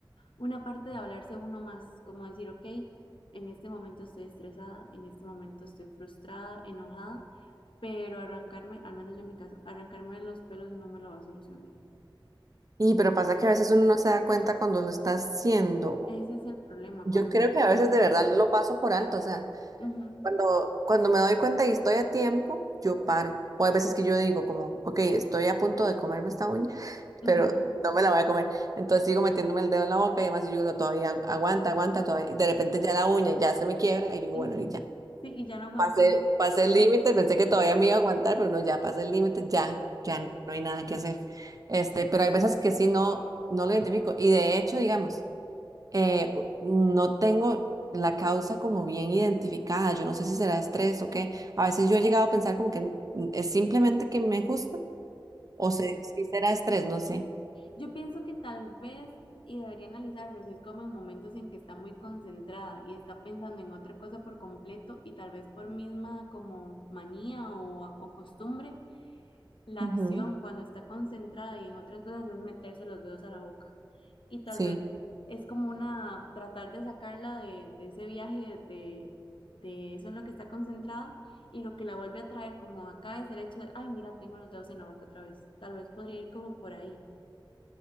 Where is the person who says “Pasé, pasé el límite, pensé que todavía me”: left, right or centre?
Right